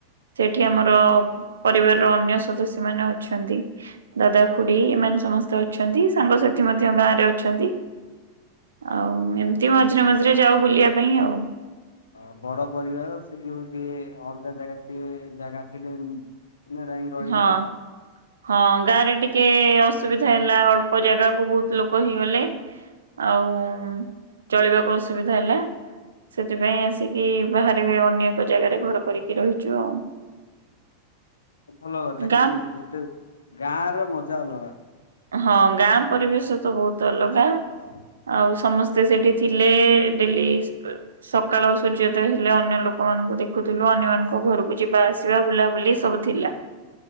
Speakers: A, on the right (about 70°); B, on the left (about 70°).
A: ଏଠି ଆମର
B: ଓହୋ।
A: ପରିବାରର ଅନ୍ୟ ସଦସ୍ୟ ମାନେ ଅଛନ୍ତି। ଦାଦା, ଖୁଡି ଏମାନେ ସମସ୍ତେ ଅଛନ୍ତି ସାଙ୍ଗସାଥି ମଧ୍ୟ ଗାଁ ରେ ଅଛନ୍ତି। ଆଉ ଏମତି ମଝିରେ ମଝିରେ ଯାଉ ବୁଲିବା ପାଇଁ ଆଉ
B: ହ ବଡ ପରିବାର ସେ ଯୋଉ ଟିକେ ଅଲଗା ଜାଗା ଜାଗା ଥିଲେ। ମାନେ ଯାଇକି ରହିଲେ
A: ହଁ,
B: ଆଉ
A: ହଁ ଗାଁ ରେ ଟିକେ ଅସୁ ଅସୁବିଧା ହେଲା ଅଳ୍ପ ଜାଗା କୁ ବହୁତ ଲୋକ ହୋଇଗଲେ ଆଉ ଚଳିବାକୁ ଅସୁବିଧା ହେଲା ସେଥିପାଇଁ ଆସିକି ବାହାରେ ଅନ୍ୟ ଏକ ଜାଗାରେ ଘର କରିକି ରହିଚୁ ଆଉ।
B: ଭଲ କଥା
A: ଗାଁ
B: କିଛି ଯେତେ ଗାଁ ର ମଜା ଅଲଗା।
A: ହଁ ଗାଁ
B: ହଁ।
A: ପରିବେଶ ତ ବହୁତ ଅଲଗା
B: ସକାଳ
A: ଆଉ ସମସ୍ତେ ସେଠି ଥିଲେ ଡେଲି ସକାଳ ସୂର୍ଯ୍ୟୋଦୟ ହେଲେ ଅନ୍ୟ ଲୋକମାନଙ୍କୁ ଦେଖୁଥିଲୁ ଅନ୍ୟ ମାନଙ୍କ ଘରକୁ ଯିବା ଆସିବା ବୁଲାବୁଲି ସବୁ ଥିଲା।